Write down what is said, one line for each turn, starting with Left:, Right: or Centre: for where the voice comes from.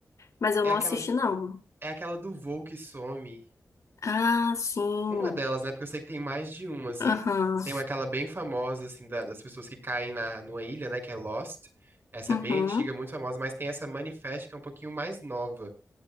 Left: mas eu
Right: É
Left: não
Right: aquela,
Left: assisti, não.
Right: é aquela do voo que some.
Left: Ah, sim.
Right: Uma delas, né? Porque eu sei que tem mais de uma, assim.
Left: Aham.
Right: Tem uma, aquela bem famosa, assim, da- das pessoas que caem na, numa ilha, né? Que é Lost. Essa
Left: Uhum.
Right: é bem antiga, muito famosa, mas tem essa Manifest que é um pouquinho mais nova.